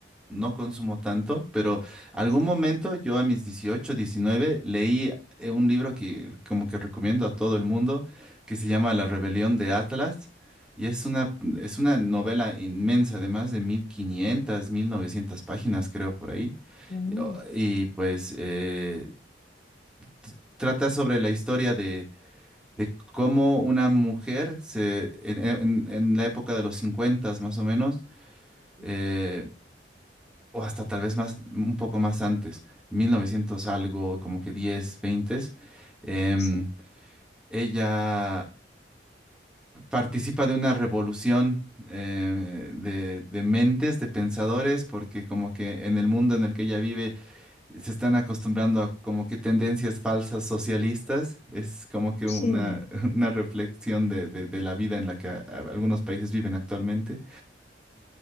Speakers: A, in the centre; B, on the left.
A: no consumo tanto, pero algún
B: Sí,
A: momento yo a mis 18, 19 leí eh, un libro que como que recomiendo a todo el mundo que se llama La Rebelión de Atlas y es una, es una novela inmensa de más de mil quinientas, mil 1900 páginas creo por ahí
B: Mm,
A: y o- y, pues eh, t- trata sobre la historia de, de cómo una mujer se, en, en- en la época de los 50 más o menos eh, o hasta tal vez más, un poco más antes, 1900 algo, como que 10 20, em,
B: sí,
A: ella participa de una revolución eh, de, de mentes, de pensadores, porque como que en el mundo en el que ella vive se están acostumbrando a como que tendencias falsas socialistas, es como que
B: sí,
A: una, <laughs> una reflexión de, de de la vida en la que a- a- algunos países viven actualmente.